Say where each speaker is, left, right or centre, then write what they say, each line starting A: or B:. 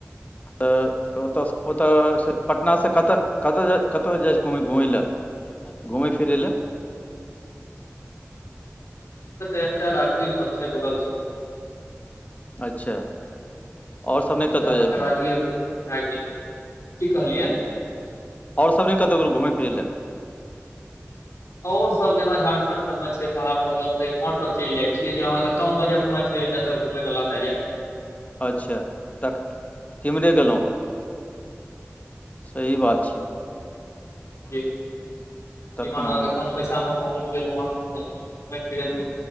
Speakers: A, on the left; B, on the left.
A: तऽ। तऽ ओतय-ओतयसँ पटनासँ कतय- कतय- कतह जाइ छै घूमय लए। घुमै फिरै लए।
B: एकटा राजगीर सब छै बगल सबमे। <unintelligible>
A: अच्छा। आओर सब नहि
B: एतय
A: कतहु
B: अहाँके राजगीर
A: गेलहुँ
B: बहुत प्राचीन हई <unintelligible> की कहलियै।
A: आऔर सब नहि कतो गेलौ घुमै फिरैय लए।
B: अऔर सब जेना झारखंड सब में छै पाड़ पर्वत त इमहर सब चलि जाय छीेयै जे अहाँ के कम बजट में छै। फेर जतऽ घुमयवला भए जायत।
A: अच्छा तख तिम्हरे गेलहुँ सही बात छै।
B: जी
A: तखन
B: ईमहर एलौ
A: अ,
B: तऽ कम पैसा मे। पहुँच गेलो आ हमहू सब। <unintelligible> फिर